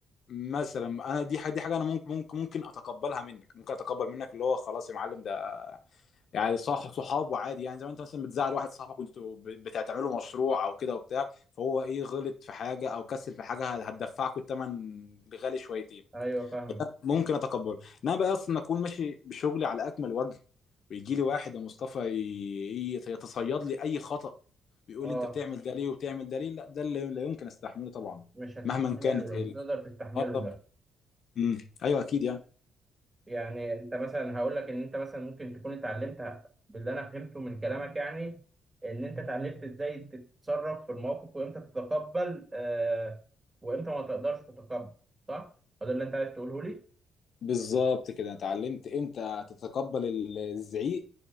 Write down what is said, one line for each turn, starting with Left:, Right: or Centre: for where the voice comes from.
Left: مثلا انا دي حاجه دي حاجه انا ممكن ممكن ممكن اتقبلها منك ممكن اتقبل منك اللي هو خلاص يا معلم ده يعني صاحب صحاب وعادي يعني زي ما انت مثلا بتزعل واحد صاحبك وانتوا ب- بتعملوا مشروع او كده وبتاع فهو ايه غلط في حاجه او كسل في حاجه هتدفعكوا الثمن غالي شويتين
Right: ايوه فاهمك
Left: ممكن اتقبله انما بقى اصلا اكون ماشي بشغلي على اكمل وجه ويجي لي واحد يا مصطفى ي- ي- يتصيد لي اي خطأ ويقول
Right: اه
Left: لي انت بتعمل ده ليه وبتعمل ده ليه لا ده اللي لا يمكن استحمله طبعا
Right: مش هتستحمله
Left: مهما كانت ال-
Right: مش هتقدر تستحمله
Left: اه طب
Right: ده
Left: امم ايوه اكيد يعني
Right: يعني انت مثلا هقول لك ان انت مثلا ممكن تكون اتعلمت باللي انا فهمته من كلامك يعني ان انت اتعلمت ازاي تتصرف في المواقف وامتى تتقبل آه وامتى ما تقدرش تتقبل صح؟ هو ده اللي انت عايز تقوله لي؟
Left: بالظبط كده انا اتعلمت امتى تتقبل ال- الزعيق